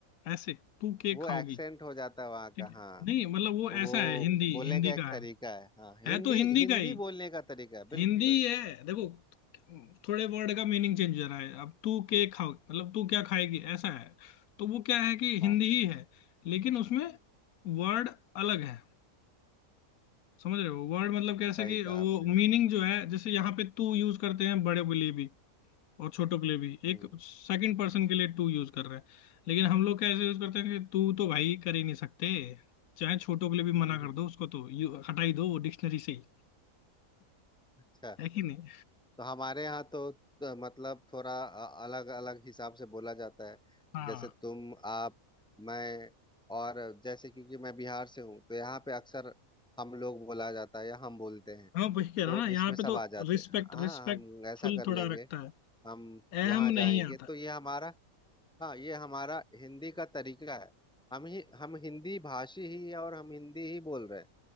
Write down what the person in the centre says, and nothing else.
वो
एक्सेंट हो जाता है वहाँ
का
हाँ
वो
बोलने
का एक
तरीका है हाँ हिंदी
हिंदी
बोलने का तरीका है
बिल्कुल
बिल्कुल
हाँ
सही
कहा
आपने
हम्म
हम्म
अच्छा
तो हमारे यहाँ तो, तो मतलब थोड़ा अलग अलग हिसाब से बोला जाता है
जैसे तुम आप मैं और जैसे क्योंकि मैं बिहार से हूँ तो यहाँ पे अक्सर हम लोग बोला जाता है या हम बोलते हैं
तो
इसमें सब
आ जाते
हैं हाँ
हम ऐसा कर
लेंगे
हम
यहाँ जाएंगे
तो ये हमारा हाँ ये हमारा हिंदी का तरीका है हम ही हम हिंदी भाषी ही है और हम हिंदी ही बोल रहे हैं